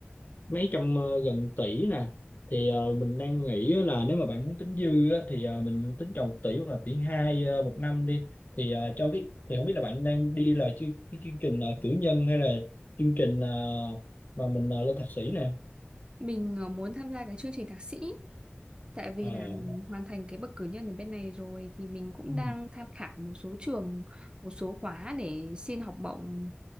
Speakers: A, on the left; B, on the right.
A: mấy trăm ờ, gần tỷ nè thì ờ, mình đang nghĩ á là nếu mà bạn muốn tính dư á, thì ờ, mình tính trồng 1 tỷ hoặc là tỷ hai ờ, một năm đi thì ờ, cho cái thì không biết là bạn đang đi là chương, cái chương trình ờ, cử nhân hay là chương trình ờ, mà mình ờ, lên thạc sĩ nè
B: mình ờ, muốn tham gia cái chương trình thạc sĩ Tại vì
A: à.
B: là mình hoàn thành cái bậc cử nhân ở bên này rồi thì mình cũng
A: ừ.
B: đang tham khảo một số trường, một số khóa để xin học bổng